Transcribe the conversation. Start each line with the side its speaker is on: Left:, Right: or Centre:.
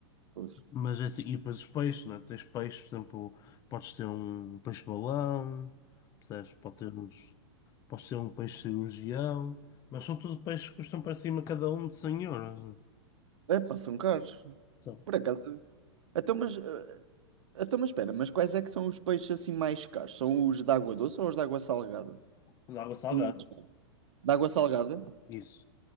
Right: Pois.
Left: Mas é assim, e depois os peixes, não é? Tens peixes, por exemplo, podes ter um peixe-balão, percebes? Pode ter uns. Posso ser um peixe cirurgião, mas são tudo peixes que custam para cima cada um de 100 euros. né?
Right: É, pá, são caros.
Left: São
Right: Por acaso. Então, mas. eh, Então, mas espera, mas quais é que são os peixes assim mais caros? São os de água doce ou os de água salgada?
Left: de água salgada.
Right: Não. De água salgada?
Left: Isso.